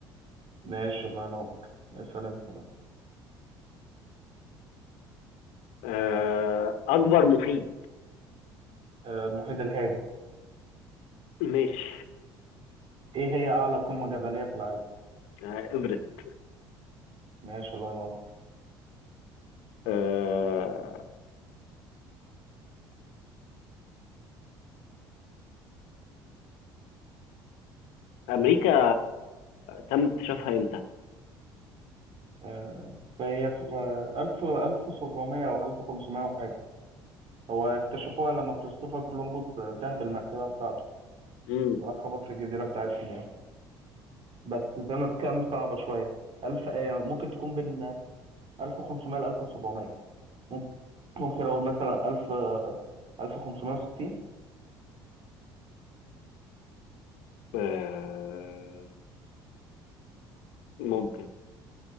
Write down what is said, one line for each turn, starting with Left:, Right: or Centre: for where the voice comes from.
Right: ماشي الله ينور اسأل انت بقى
Left: آه أكبر محيط
Right: آه المحيط الهادي
Left: ماشي
Right: ايه هي اعلى قمة جبلية في العالم
Left: آه إيفرست
Right: ماشي الله ينور
Left: آه أمريكا تم اكتشافها إمتى؟
Right: آه فهي في ألف ألف سبعمية أو ألف خمسمية وحاجة هو اكتشفوها لما كريستوفر كولومبوس تاه بالمركبة بتاعته
Left: مم.
Right: وراح خبط في الجزيرة بتاعتهم يعني بس سنة كام صعبة شوية ألف آه، ممكن تكون بين 1500 ل 1700 ممكن ممكن أقول مثلا 1000 1560
Left: آه ممكن